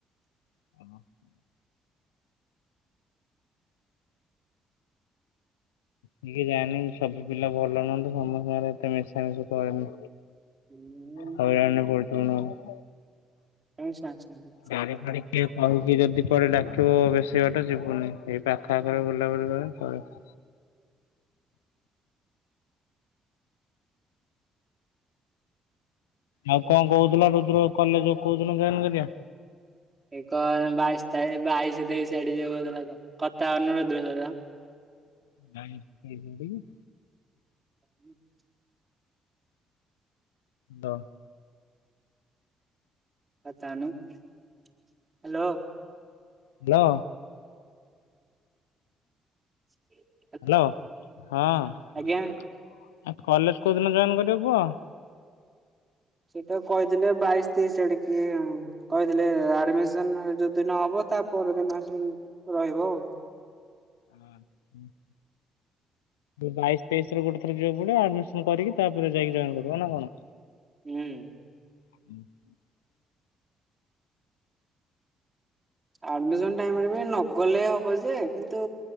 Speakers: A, on the left; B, on the right.
A: <inaudible> ଟିକେ ଜାଣିନି ସବୁ ପିଲା ଭଲ ନୁହନ୍ତି ସମସ୍ତଙ୍କରେ ଏତେ ମିଶାମିଶି କରେନି।
B: ହୁଁ
A: ହଇରାଣ ରେ ପଡିଛି <unintelligible>
B: <unintelligible>
A: ପାଣି ଫାଣୀ କିଏ କହିକି ଯଦି କୁଆଡେ଼ ଡାକିବ ବେଶୀ ବାଟ ଯିବୁନି ଏଇ ପାଖଆଖରେ ବୁଲାବୁଲି କଲେ ଚଳିବ। ଆଉ କଣ କହୁଥିଲ ରୁଦ୍ର କଲେଜ କୋଉ ଦିନ ଜଏନ୍ କରିବା।
B: ଏକଇ ବାଇଶି ତାରିଖ ବାଇଶି ତେଇଶି ଆଡ଼କୁ ଯିବ କହିଥିଲା ତ କଥା ହୋଉନୁ ରୁଦ୍ର ସହିତ
A: ନାଇଁ କି <unintelligible>
B: <inaudible>
A: ତ <unintelligible>
B: କଥା ହୋଉନୁ ହ୍ୟାଲୋ
A: ହ୍ୟାଲୋ
B: <inaudible>
A: ହ୍ୟାଲୋ ହଁ
B: ଆଜ୍ଞା।
A: କଲେଜ କୋଉ ଦିନ ଜଏନ୍ କରିବ କୁହ।
B: ସିଏତ କହିଥିଲେ ବାଇଶି ତେଇଶି ଆଡଡିକି କହିଥିଲେ ଆଡମିସନ ଯୋଉ ଦିନ ହବ ତା ପର ଦିନ ଆସିଵା ରହିବ ଆଉ।
A: <inaudible> ବାଇଶ ତେଇଶ ର ଗୋଟେ ଥର ଯିବାକୁ ପଡିବ ଆଡମିସନ କରିକି ତାପରେ ଯାଇକି ଜଏନ୍ କରିବ ନା କଣ।
B: ହୁଁ
A: <inaudible>
B: ଆଡମିସନ ଟାଇମରେ ବି ନଗଲେ ହବ ଯେ କିନ୍ତୁ